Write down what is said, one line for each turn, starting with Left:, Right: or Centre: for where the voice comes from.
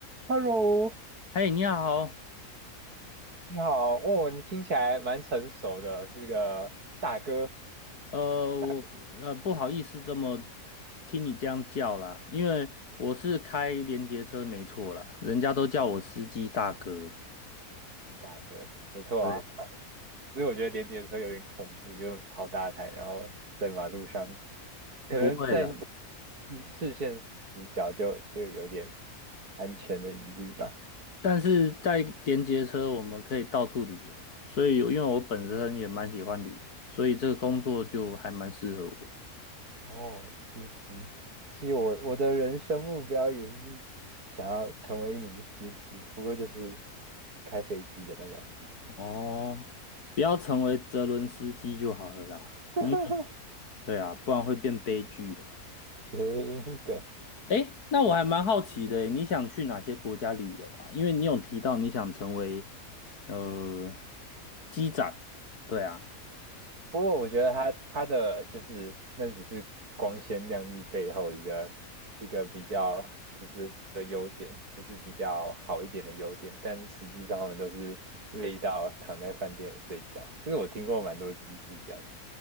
Right: Hello，
Left: 嘿，你好，
Right: 你好，哦，你听起来蛮成熟的，是个大哥，
Left: 呃，
Right: 大
Left: 我呃，不好意思，这么听你这样叫啦，因为我是开连接车没错啦，人家都叫我司机大哥，
Right: 哥，大哥，不错啊。
Left: 对，
Right: 其实我觉得连接的时候有点恐怖，就好大台，然后在马路上，可能在视
Left: 不会啦。
Right: 视线死角就就有点安全的疑虑吧。
Left: 但是在连接车，我们可以到处旅游啊，所以有因为我本身也蛮喜欢旅游，所以这个工作就还蛮适合我。
Right: 哦，司机，其实我我的人生目标也是想要成为一名司机，不过就是开飞机的那种司机。
Left: 哦，不要成为泽伦斯基就好了啦，
Right: <laughs>
Left: 因为对啊，不然会变悲剧啊。
Right: 谐音梗，
Left: 诶，那我还蛮好奇的，你想去哪些国家旅游啊？因为你有提到你想成为呃机长，对啊，
Right: 不过我觉得他他的就是那只是光鲜亮丽背后一个一个比较就是的优点，就是比较好一点的优点，但实际上他们都是累到躺在饭店睡觉。就是我听过蛮多集是这样的，